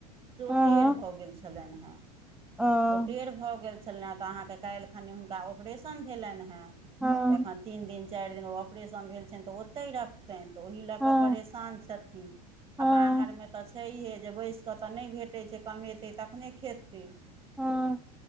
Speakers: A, on the right; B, in the centre.
A: से ओ
B: हँ
A: टेढ़
B: हँ
A: भऽ गेल छलैन है
B: हँ
A: ओ टेढ़ भऽ गेल छलैन हेँ तऽ अहाँके काल्हि खनि हुनका ऑपरेशन भेलैन हेँ तऽ
B: हँ
A: एखन तीन दिन चाइर दिन ओ ऑपरेशन भेल छैन तऽ ओतय रख तनि तऽ ओहि लऽ
B: हँ
A: कऽ परेशान छथिन
B: हँ
A: आ बाहर मे तऽ छैहे जे बैसि कऽ तऽ नै भेटय छै तऽ कमेतै तखने खेतै
B: हँ